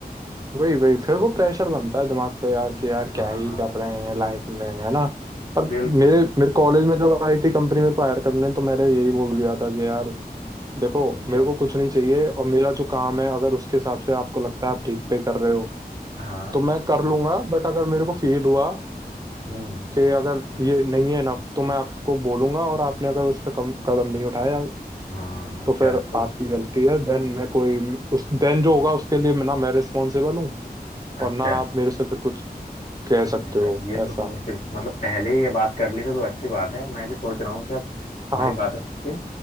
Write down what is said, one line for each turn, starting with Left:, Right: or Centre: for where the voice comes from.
Right: वही वही फिर वो प्रेशर बनता है दिमाग पे यार कि यार
Left: हाँ
Right: क्या ही कर रहे हैं लाइफ में है ना पर
Left: बिल्कुल
Right: मेरे मेरे कॉलेज में जब आई थी कंपनी मेरे को हायर करने तो मैंने यही बोल दिया था कि यार देखो
Left: अच्छा
Right: मेरे को कुछ नहीं चाहिए और मेरा जो काम है अगर उसके हिसाब से आपको लगता है आप ठीक पे कर रहे हो
Left: हाँ
Right: तो मैं कर लूंगा बट अगर मेरे को फील हुआ
Left: हम्म
Right: कि अगर ये नहीं है इनफ तो मैं आपको बोलूंगा और आपने अगर उस पर कम कदम नहीं उठाया
Left: हाँ अच्छा
Right: तो फिर
Left: तो
Right: आपकी गलती है देन मैं कोई उस देन जो होगा उसके लिए मैं- ना मैं रिस्पॉन्सिबल हूँ
Left: अच्छा
Right: और ना आप मेरे से फिर कुछ कह सकते
Left: नहीं
Right: हो
Left: यार ये तो
Right: ऐसा
Left: तुमने फिर मतलब पहले ही ये बात कर ली थी तो अच्छी बात है मैं भी सोच रहा हूँ कि अब तुम्हारी
Right: हाँ
Left: बातें सुन के